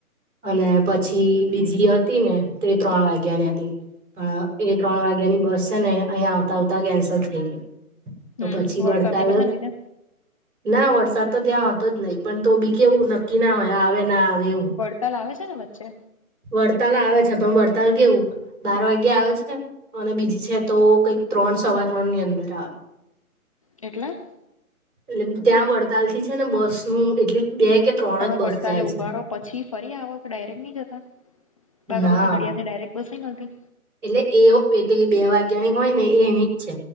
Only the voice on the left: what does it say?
હમ
વરસાદ
ની બધાને લીધે
વડતાલાવે છે ને વચ્ચે.
એટલે.
તમે
વડતાલે
ઉભારો.
પછી ફરી આવો ડાયરેક્ટ નહી જતા બાગરોજ
નડિયા ને ડાયરેક્ટ બસ મળતી.